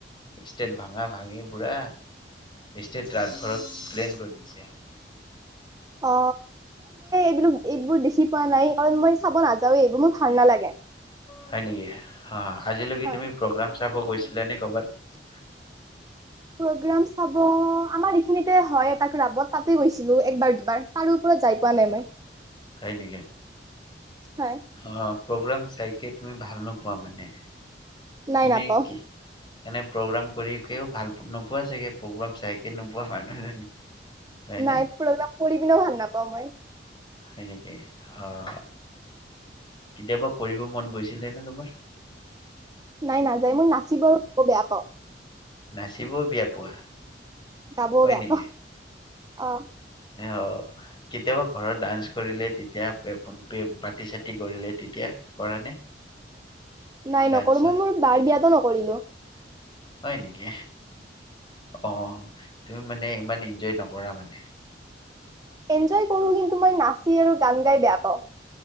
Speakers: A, on the left; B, on the right.
A: ষ্টেট ভাঙা ভাঙি পুৰা ষ্টেট ৰাতভৰত প্লেন কৰি দিছে
B: অ <unintelligible> এইবোৰ দেখি পোৱা নাই কাৰণ মই চাব নাযাওৱেই এইবোৰ মোৰ ভাল নালাগে
A: হয় নেকি আহ আজিলৈকে
B: হয়
A: তুমি প্ৰগ্ৰাম চাব গৈছা যেনে ক'বাত
B: প্ৰগ্ৰাম চাব আমাৰ খিনিতে হয় এটা ৰাবত তাতে গৈছিলো একবাৰ বাৰ আৰো ওপৰত যাই পোৱা নাই মই
A: হয় নিকি
B: হয়
A: অ প্ৰগ্ৰাম চাইকে তুমি ভাল নোপোৱা মানে
B: নাই
A: তুমি
B: নাপাও
A: কি এনে প্ৰগ্ৰাম কৰি কেও ভাল নোপোৱা চাগে প্ৰগ্ৰাম চাইকে নোপোৱা মানুহজনী হয়নে
B: নাইট ফ প কৰি কিনে ভাল নাপাওঁ মই
A: সনেকে অহ কেতিয়াবা কৰিব মন গৈছিলে নে তোমাৰ
B: নাই নাযায় মোৰ নাচিব ক বেয়া পাওঁ
A: নাচিব বিয়া পোৱা
B: গাবও
A: হয়
B: বেয়া
A: নেকি?
B: পাও অ
A: অ কেতিয়াবা ঘৰত ডান্স কৰিলে তেতিয়া পাৰ্তি চাতি কৰিলে তেতিয়া কৰা নে?
B: নাই
A: ডান্স
B: নকৰো
A: চান্স
B: মই মোৰ বাৰ বিয়াতটো নকৰো। পঢ়িলো।
A: হয় নেকি? অ তুমি মানে ইমান এনজয় নকৰা মানে?
B: এনজয় কৰো কিন্তু মই নাচি আৰু গান গাই বেয়া পাওঁ।